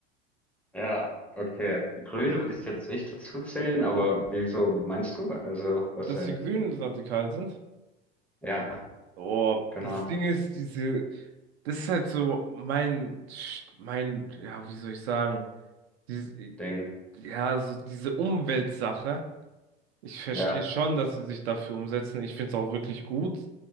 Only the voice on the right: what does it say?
Äh,
Dass
die Grünen radikal sind,
Oh,
das Ding ist, diese, das ist halt so mein, Sch- mein, ja, wie soll ich sagen, diese,
ja, so diese Umweltsache. Ich verstehe
schon, dass sie sich dafür umsetzen. Ich finde es auch wirklich gut.